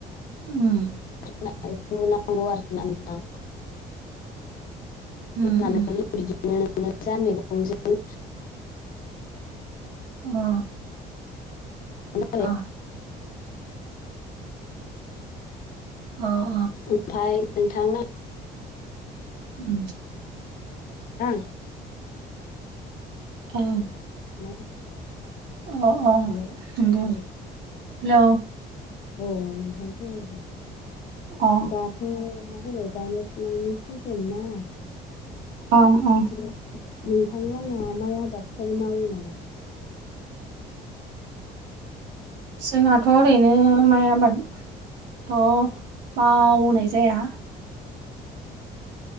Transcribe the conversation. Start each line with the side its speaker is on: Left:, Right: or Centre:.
Right: उम
Left: <unintelligible> नांगौ आरोना नोंथां
Right: उम
Left: नानै
Right: उम
Left: बिदिनो नोङो मैगंजों
Right: अ
Left: <unintelligible> <unintelligible>
Right: अ। अ अ।
Left: ओमफाय नोंथां
Right: उम
Left: <unintelligible>
Right: औ।
Left: <unintelligible>
Right: अ अ
Left: हेल' औ
Right: नंगौ हेलौ
Left: औ नोंथां खोनादो।
Right: अ
Left: दाथ' मा होनो गायनाय फुनायनि सिजोन ना
Right: अ अ
Left: नोंथां मोनहा माइ आबादफोर मावो नामा?
Right: जोंहाथ' ओरैनो माइ आबाद थ' मावनाय जाया